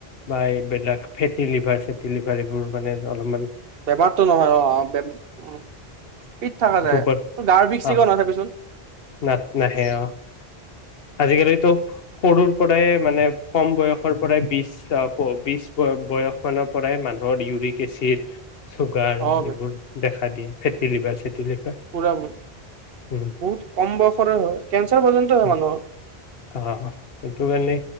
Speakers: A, on the left; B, on the right.
A: বা এই বিলাক ফেটি লিভাৰ চেটি লিভাৰ এইবোৰ মানে অলপ মান
B: বেমাৰতটো নহয়, অ-অ, বেম উ, ফিত থকা যায়।
A: ধূপত
B: গাৰ বিষ-চিষও
A: আহ
B: নহয় চাবি চোন।
A: না নাহে অ আজিকালিতো সৰুৰ পৰাই মানে, কম বয়সৰ পৰাই বিশ বয়সৰ পৰাই মানুহৰ ইউৰিক এচিড চুগাৰ,
B: অ' বে
A: এইবোৰ <unintelligible> ফেটিভাৰ লিভাৰ, চেট তি লিভাৰ
B: পুৰা ব
A: উম,
B: বহুত কম বয়সৰে হয় কেঞ্চাৰ পৰ্যন্ত হয়
A: উম,
B: মানুহৰ
A: অ', সেইটোকাৰণে